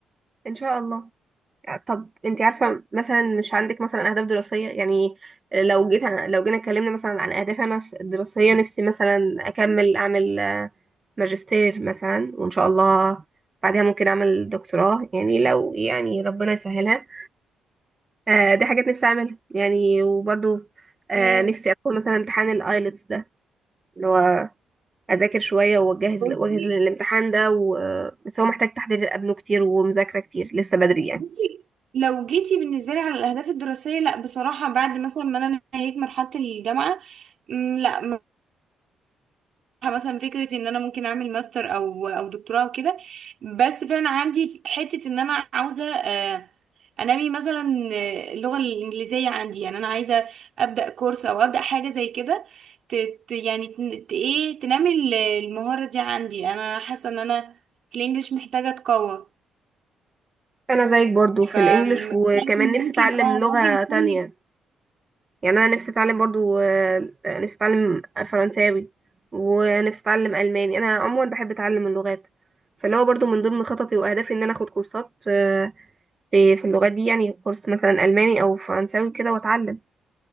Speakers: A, on the right; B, on the right.
A: ان شاء الله طب انت عارفه مثلا مش عندك مثلا اهداف دراسيه يعني لو جيت لو جينا اتكلمنا مثلا عن اهدافي انا الدراسيه نفسي مثلا اكمل اعمل ماجستير مثلا وان شاء الله بعدها ممكن اعمل دكتوراه يعني لو يعني ربنا يسهلها آه دي حاجات نفسي اعملها يعني وبرضو آه
B: تمام
A: نفسي ادخل مثلا امتحان الايلتس ده اللي هو اذاكر شويه واجهز
B: بصي
A: واجهز للامتحان ده و... آه، بس هو محتاج تحضير قبله كتير ومذاكره كتير لسه بدري يعني
B: بصي لو جيتي بالنسبة لي على الأهداف الدراسية لا بصراحة بعد مثلا ما أنا نهيت مرحلة الجامعة مم، لا م- مثلا فكرة إن أنا ممكن أعمل ماستر أو أو دكتوراه وكده بس فعلا عندي حتة إن أنا عاوزة آه، أنمي مثلا آه، اللغة الإنجليزية عندي يعني أنا عايزة أبدأ كورس أو أبدأ حاجة زي كده ت- ت- يعني تن- ت- إيه تنمي ال- المهارة دي عندي أنا حاسة إن أنا في الإنجليش محتاجة أتقوى
A: انا زيك برضو في
B: فكان
A: الانجليش وكمان نفسي
B: ممكن
A: اتعلم
B: اه ممكن
A: لغه تانية
B: تكون
A: يعني انا نفسي اتعلم برضو آه، آه، نفسي اتعلم فرنساوي ونفسي اتعلم الماني انا عموما بحب اتعلم اللغات فاللي هو برضو من ضمن خططي واهدافي ان انا اخد كورسات آه، في في اللغات دي يعني كورس مثلا الماني او فرنساوي كده واتعلم